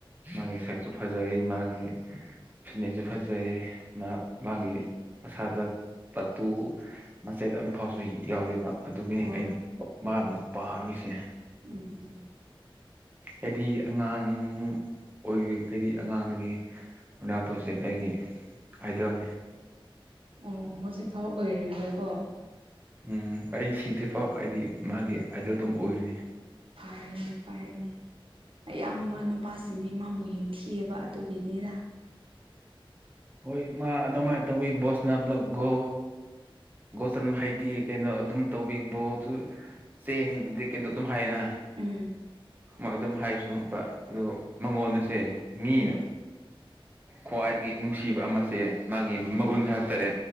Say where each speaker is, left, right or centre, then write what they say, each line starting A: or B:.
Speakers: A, on the right; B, on the right.
A: ꯃꯥꯒꯤ ꯁꯛꯁꯨ ꯐꯖꯩ ꯃꯥꯒꯤ ꯁꯤꯅꯦꯁꯨ ꯐꯖꯩ ꯃꯥ ꯃꯥꯒꯤ ꯃꯁꯥꯗ ꯇꯠꯇꯨ ꯃꯆꯦꯠ ꯑꯝ ꯐꯥꯎꯁꯨ ꯌꯥꯎꯗꯦꯕ ꯑꯗꯨꯒꯤꯅꯤ
B: ꯍꯣꯏ
A: ꯑꯩꯅ ꯃꯥ ꯑꯃꯨꯛ ꯄꯥꯝꯃꯤꯁꯦ
B: ꯎꯝ
A: ꯑꯩꯗꯤ ꯑꯉꯥꯡ ꯑꯣꯏ ꯑꯩꯗꯤ ꯑꯉꯥꯡꯗꯒꯤ ꯔꯣꯅꯥꯇꯣꯁꯤ ꯑꯩꯒꯤ ꯑꯥꯏꯗꯦꯜꯅꯤ
B: ꯑꯣ ꯍꯧꯖꯤꯛ ꯐꯥꯎ ꯑꯣꯏꯔꯤꯕ꯭ꯔꯀꯣ
A: ꯎꯝ ꯑꯩ ꯁꯤꯗ꯭ꯔꯤ ꯐꯥꯎ ꯑꯩꯗꯤ ꯃꯥꯒꯤ ꯑꯩꯗꯦꯜ ꯑꯗꯨꯝ ꯑꯣꯏꯔꯅꯤ
B: ꯐꯔꯦꯅꯦ ꯐꯔꯦꯅꯦ ꯑꯌꯥꯝꯕ ꯅꯨꯄꯥꯁꯤꯡꯒꯤꯅꯤ ꯃꯥꯕꯨ ꯌꯦꯡꯊꯤꯑꯕ ꯑꯗꯨꯒꯤꯅꯤꯗ
A: ꯍꯣꯏ ꯃꯥ ꯑꯗꯨꯃꯥꯏꯅ ꯇꯧꯋꯤ ꯕꯣꯁꯅꯥꯗ ꯒꯣ ꯒꯣꯆꯟ ꯍꯥꯏꯇꯤ ꯀꯩꯅꯣ ꯑꯗꯨꯝ ꯇꯧꯕꯤꯕꯑꯣ ꯇꯦꯟꯗꯤ ꯀꯗꯣ ꯑꯗꯨꯝ ꯍꯥꯏꯅ
B: ꯎꯝ
A: ꯃꯣꯏ ꯑꯗꯨꯝ ꯍꯥꯏꯁꯅꯣ ꯑꯗꯨ ꯃꯉꯣꯟꯗꯁꯦ ꯃꯤꯅ
B: ꯎꯝ
A: ꯈ꯭ꯋꯥꯏꯗꯒꯤ ꯅꯨꯡꯁꯤꯕ ꯑꯃꯁꯦ ꯃꯥꯒꯤ ꯃꯒꯨꯟ ꯍꯥꯏꯕ ꯇꯥꯔꯦ